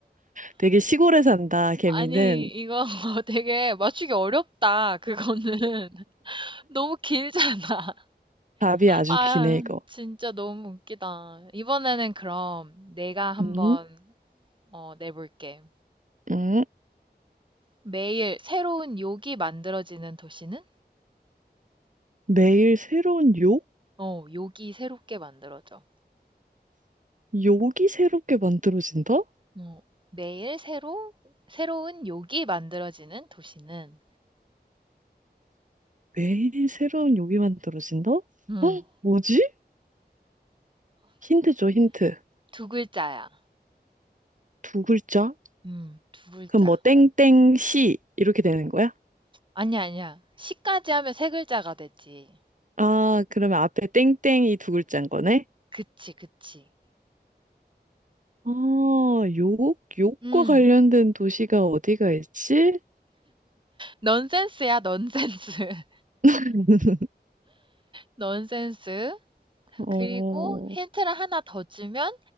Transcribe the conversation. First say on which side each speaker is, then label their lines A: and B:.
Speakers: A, on the right; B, on the right.
A: 되게 시골에 산다 개미는
B: 아니, 이거 <laughs> 되게 맞추기 어렵다, 그거는. <laughs> 너무 길잖아.
A: 답이 아주
B: 아,
A: 기네 이거.
B: 진짜 너무 웃기다. 이번에는 그럼 내가 한번
A: 음,
B: 어, 내볼게.
A: 음.
B: 매일 새로운 욕이 만들어지는 도시는?
A: 매일 새로운 욕?
B: 어, 욕이 새롭게 만들어져.
A: 욕이 새롭게 만들어진다?
B: 어, 매일 새로, 새로운 욕이 만들어지는 도시는?
A: 매일 새로운 욕이 만들어진다? 어?
B: 음,
A: 뭐지? 힌트 줘 힌트.
B: 두 글자야.
A: 두 글자?
B: 음, 두 글자.
A: 그럼 뭐 땡땡 시 이렇게 되는 거야?
B: 아니야, 아니야. 시까지 하면 세 글자가 되지.
A: 아 그러면 앞에 땡땡이 두 글자인 거네?
B: 그치, 그치.
A: 아, 욕? 욕과
B: 음,
A: 관련된 도시가 어디가 있지?
B: 넌센스야, 넌센스. <laughs>
A: <laughs>
B: 넌센스.
A: 어,
B: 그리고 힌트를 하나 더 주면